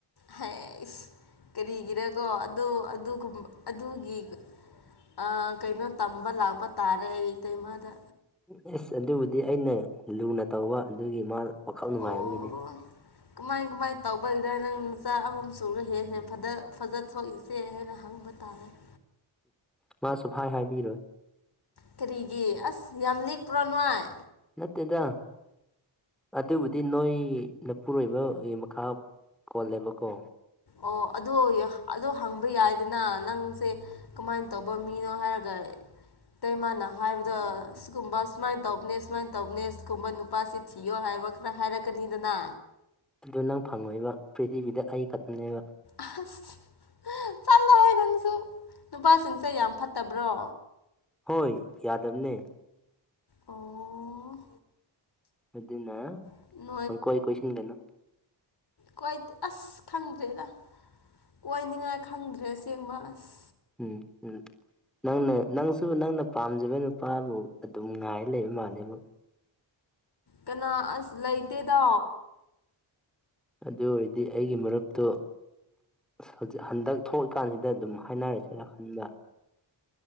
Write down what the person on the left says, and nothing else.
ꯍꯥꯏꯁ ꯀꯔꯤꯒꯤꯔꯀꯣ ꯑꯗꯨ ꯑꯗꯨꯒꯤ ꯑ ꯀꯩꯅꯣ ꯇꯝꯕ ꯂꯥꯛꯄ ꯇꯥꯔꯦ ꯏꯇꯩꯃꯗ
ꯑꯣ ꯀꯃꯥꯏ ꯀꯃꯥꯏꯅ ꯇꯧꯕꯒꯤꯔ ꯅꯪ ꯅꯆꯥ ꯑꯍꯨꯝ ꯁꯨꯔ ꯍꯦꯟꯅ ꯍꯦ ꯐꯖ ꯊꯣꯛꯏꯁꯦ ꯁꯦ ꯍꯥꯏꯅ ꯍꯪꯕ ꯇꯥꯔꯦ <inaudible>
ꯀꯔꯤꯒꯤ ꯑꯁ ꯌꯥꯝ ꯂꯤꯛꯄ꯭ꯔꯣ ꯅꯣꯏ
ꯑꯣ ꯑꯗꯨ ꯑꯗꯨ ꯍꯪꯕ ꯌꯥꯏꯗꯅ ꯅꯪꯁꯦ ꯀꯃꯥꯏꯅ ꯇꯧꯕ ꯃꯤꯅꯣ ꯍꯥꯏꯔꯒ ꯑꯇꯩꯃꯥꯅ ꯍꯥꯏꯕꯗ ꯁꯤꯒꯨꯝꯕ ꯁꯨꯃꯥꯏꯅ ꯇꯧꯕꯅꯦ ꯁꯨꯃꯥꯏꯅ ꯇꯧꯕꯅꯦ ꯁꯤꯒꯨꯝꯕ ꯅꯨꯄꯥꯁꯤ ꯊꯤꯌꯣ ꯍꯥꯏꯕ ꯈꯔ ꯍꯥꯏꯔꯛꯀꯅꯤꯗꯅ
ꯑꯁ ꯆꯠꯂꯣ ꯍꯥꯏ ꯅꯪꯁꯨ ꯅꯨꯄꯥꯁꯤꯡꯁꯦ ꯌꯥꯝ ꯐꯠꯇꯕ꯭ꯔꯣ
ꯑꯣ
<inaudible>
ꯀ‌ꯣꯏꯗ‌ꯦ ꯑꯁ ꯈꯪꯗ꯭ꯔꯦꯗ ꯀꯣꯏꯅꯤꯡꯉꯥꯏ ꯈꯪꯗ꯭ꯔꯦ ꯑꯁꯦꯡꯕ ꯑꯁ
ꯀꯅꯥ ꯑꯁ ꯂꯩꯇꯦꯗ